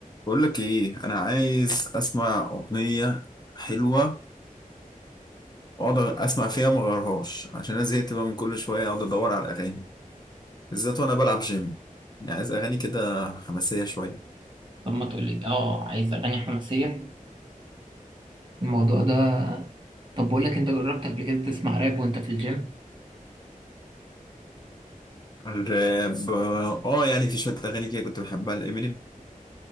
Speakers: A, on the left; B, on the right.
A: بقول لك ايه انا عايز اسمع اغنيه حلوه واقعد اسمع فيها ما اغيرهاش عشان انا زهقت بقى من كل شويه اقعد ادور على اغاني بالذات وانا بلعب جيم يعني عايز اغاني كده حماسيه شويه
B: طب ما تقولي اه عايز اغاني حماسيه الموضوع ده طب بقول لك انت جربت قبل كده تسمع راب وانت في الجيم
A: الراب اه يعني في شويه اغاني كده كنت بحبها لامينيم